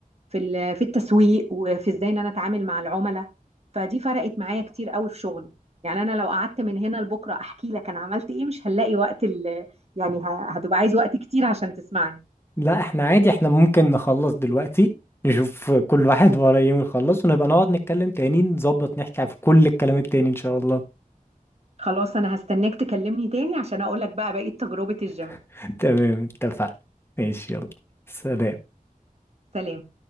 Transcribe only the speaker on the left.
لا احنا عادي احنا ممكن نخلص دلوقتي نشوف كل واحد وراه ايه ونخلص ونبقى نقعد نتكلم تاني نظبط نحكي في كل الكلام التاني ان شاء الله
<laughs> تمام اتفقنا ماشي يلا سلام